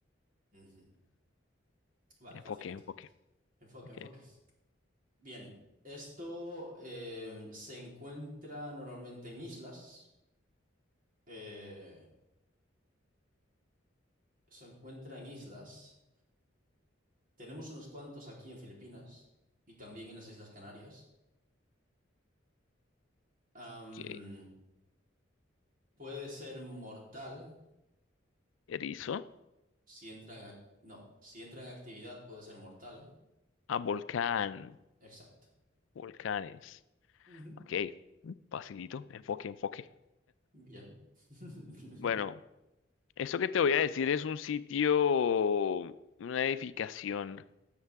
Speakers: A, on the right; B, on the left.
A: Ujú. Vale,
B: <laughs> Enfoque,
A: facilito.
B: enfoque.
A: Enfoque,
B: Ok.
A: enfoque. Bien, esto em, se encuentra normalmente en islas. eh, se encuentra en islas. Tenemos unos cuantos aquí en Filipinas y también en las Islas Canarias. Am,
B: ok.
A: puede ser mortal
B: Erizo.
A: si entra en ac- no, si entra en actividad puede ser mortal.
B: Ah, volcán.
A: Exacto.
B: Volcanes.
A: Ujú.
B: Ok. Mm, Facilito. Enfoque, enfoque.
A: Bien. <laughs>
B: Bueno, esto que te voy a decir es un sitio, una edificación